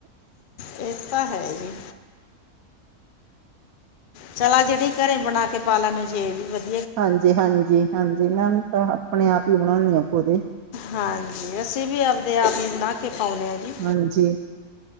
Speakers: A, on the left; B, on the right.
A: ਇਹ ਤਾਂ ਹੈ ਜੀ। ਚਲਾ ਜਿਹੜੀ ਘਰੇ ਬਣਾ ਕੇ ਪਾ ਲੈਣ ਜੇ ਵੀ ਵਧੀ
B: ਹਾਂਜੀ, ਹਾਂਜੀ, ਹਾਂਜੀ, <inaudible> ਤਾਂ ਆਪਣੇ ਆਪ ਹੀ ਬਣਾਉਂਦੀ ਹਾ ਖੁਦੇ ਹੀ
A: ਹਾਂਜੀ, ਅਸੀਂ ਵੀ ਆਪਦੇ ਆਪ ਹੀ ਬਣਾ ਕੇ ਪਾਦੇ ਹਾਂ ਜੀ।
B: ਹਨਜੀ